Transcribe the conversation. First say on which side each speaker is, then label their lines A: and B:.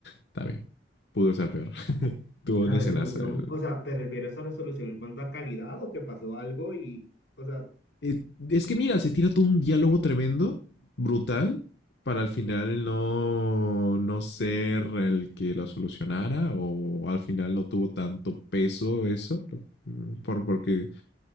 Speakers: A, on the left; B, on the left.
A: está bien. Pudo ser peor. <laughs> Tuvo
B: La
A: una
B: resolución,
A: escenaza. el-
B: o sea, ¿te refieres a resolución en cuanto a calidad o que pasó algo y, o sea,
A: Eh, es que mira, se tira todo un diálogo tremendo, brutal, para al final no, no ser el que lo solucionara o al final no tuvo tanto peso eso. lo- mm, Por, porque,